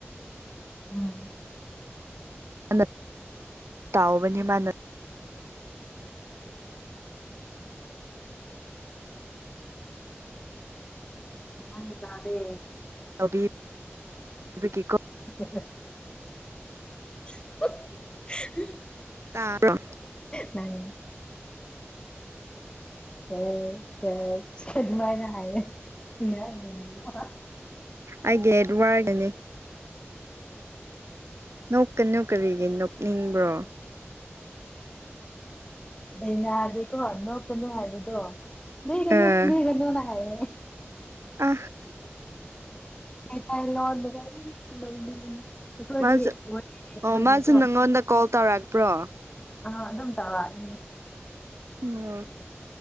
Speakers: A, on the left (about 20°); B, on the right (about 75°).
A: ꯎꯝ
B: ꯃꯥꯅ ꯇꯥꯎꯕꯅꯦ ꯃꯅꯥ
A: ꯒꯌ꯭ꯥꯟ ꯇꯗꯦ
B: ꯇꯧꯕꯤ ꯕꯒꯤꯀꯣ
A: <unintelligible> <inaudible>
B: ꯇꯥꯕꯔꯣ꯫
A: ꯅꯪ <unintelligible> ꯁꯨꯃꯥꯏꯅꯥ ꯍꯥꯌꯦ ꯏ ꯑꯗꯨ <unintelligible>
B: ꯑꯩꯒꯤ ꯋꯥꯔꯒꯅꯤ ꯅꯣꯛꯀꯅꯨ ꯀꯔꯤꯒꯤ ꯅꯣꯛꯅꯤꯡꯕ꯭ꯔꯣ
A: ꯗꯩꯅꯗꯤꯀꯣ ꯅꯣꯛꯀꯅꯨ ꯍꯥꯏꯕꯗꯣ ꯅꯣꯏꯒꯅꯨ
B: ꯑꯥ
A: ꯅꯣꯏꯒꯅꯨꯅ ꯍꯥꯏꯌꯦ <inaudible>
B: ꯑ
A: <unintelligible>
B: ꯃꯥꯁꯨ
A: ꯋꯥꯔꯤ ꯂꯩꯇꯕꯒꯤꯀꯣ
B: ꯑꯣ ꯃꯥꯁꯨ ꯅꯪꯉꯣꯟꯗ ꯀꯣꯜ ꯇꯧꯔꯛꯄ꯭ꯔꯣ
A: ꯑ ꯑꯗꯨꯝ ꯇꯧꯔ‌ ꯏꯅꯤ
B: ꯎꯝ